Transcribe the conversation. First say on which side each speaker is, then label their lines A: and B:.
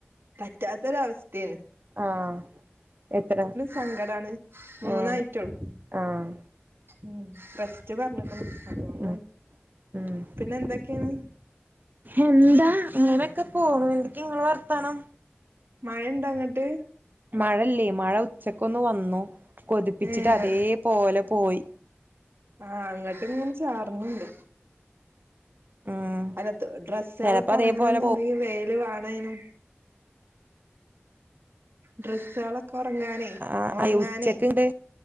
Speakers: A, on the right; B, on the right.
A: പറ്റാത്തൊരു അവസ്ഥോണ്
B: ആഹ് എത്ര
A: സങ്കടാണ് മൂന്നായിട്ടുള്ളൂ
B: ആഹ് ആഹ്
A: ഉം റ സ്റ്റ് പറഞ്ഞിക്ക്ണ് അത് കൊണ്ടാണ്
B: ഉം ഉം
A: പിന്നെ എന്തൊക്കെയാണ്?
B: എന്താ അങ്ങനെയൊക്കെ പോണ് എന്തക്കെ നിങ്ങളെ വർത്താനം
A: മഴ ഇണ്ടാ അങ്ങട്ട്
B: മഴയില്ലേ മഴ ഉച്ചക്കൊന്ന് വന്നു കൊതിപ്പിച്ചിട്ട്
A: ഏഹ്
B: അതേപലെ പോയി
A: ആഹ് അങ്ങട്ട് ഇങ്ങനെ ചാർന്ന്ണ്ട്
B: ഉം
A: അല്ല ഡ്രസ്സള്
B: ചെലപ്പോ
A: ഉണങ്ങണം
B: അതേപോലെ
A: എന്നുണ്ടെങ്കിൽ
B: പോ
A: വെയിൽ വേണേനും ഡ്രെസ്സള് ഒക്കെ ഒറങ്ങാനേ
B: ആഹ്
A: ഒണങ്ങാനേ
B: ഉച്ചക്ക്ണ്ട്